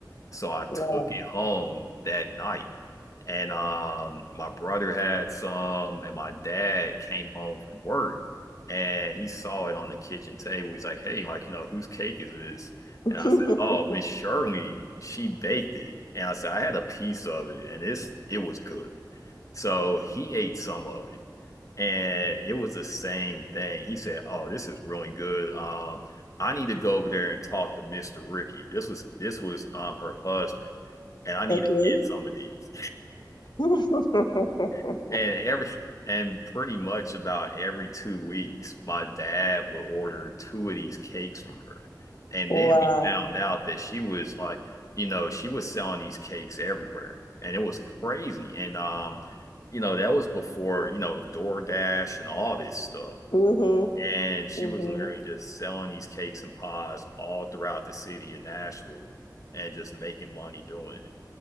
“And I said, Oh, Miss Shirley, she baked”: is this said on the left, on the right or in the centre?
Left